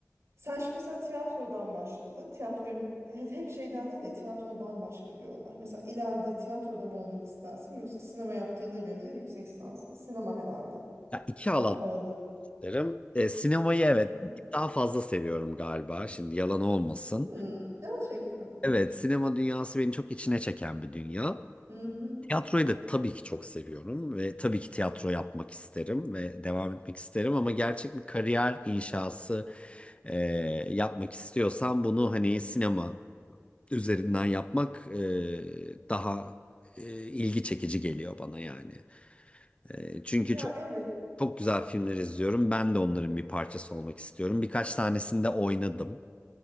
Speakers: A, on the right (about 65°); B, on the left (about 25°).
A: sen şimdi mesela tiyatrodan başladın. Tiyatroyu he- hep şey derler ya tiyatro bambaşka bir olay. Mesela ileride tiyatroda mı olmak istersin yoksa sinema yaptığına göre yüksek lisansı sinema herhalde.
B: Ya iki alan
A: Daha ağırlık.
B: derim. Ee, sinemayı evet
A: Hı hı.
B: bir tık daha fazla seviyorum galiba. Şimdi yalan olmasın.
A: Hmm, gerçekten.
B: Evet, sinema dünyası beni çok içine çeken bir dünya.
A: Hı hı.
B: Tiyatroyu da tabii ki çok seviyorum ve tabii ki tiyatro yapmak isterim ve devam etmek isterim ama gerçek bir kariyer inşası e, yapmak istiyorsam bunu hani sinema üzerinden yapmak e, daha e, ilgi çekici geliyor bana yani. E, çünkü
A: Ya
B: çok
A: evet.
B: çok güzel filmler izliyorum. Ben de onların bir parçası olmak istiyorum. Birkaç tanesinde oynadım.